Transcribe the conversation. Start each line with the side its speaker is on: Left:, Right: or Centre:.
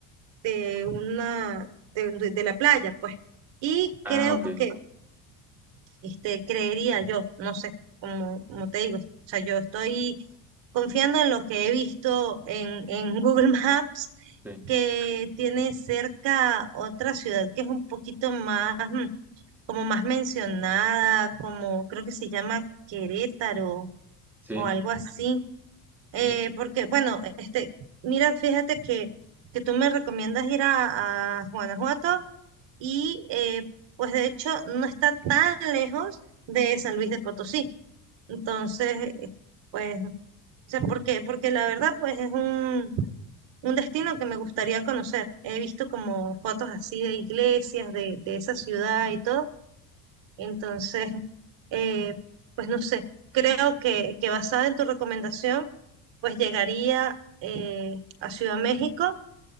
Right: de una de, de- de la playa, pues. Y
Centre: Ah,
Right: creo
Centre: ok.
Right: que este, creería yo, no sé, como, como te digo, o sea, yo estoy confiando en lo que he visto en, en <laughs> Google Maps,
Centre: Sí,
Right: que tiene cerca otra ciudad que es un poquito más, mm, como más mencionada, como creo que se llama Querétaro
Centre: sí,
Right: o algo así.
Centre: sí.
Right: Eh, porque, bueno, este, mira, fíjate que, que tú me recomiendas ir a, a Guanajuato y eh, pues de hecho no está tan lejos de San Luis de Potosí. Entonces, eh, pues, o sea, porque, porque la verdad pues es un, un destino que me gustaría conocer. He visto como fotos así de iglesias, de, de esa ciudad y todo. Entonces, eh, pues no sé, creo que, que basada en tu recomendación, pues llegaría eh, a Ciudad México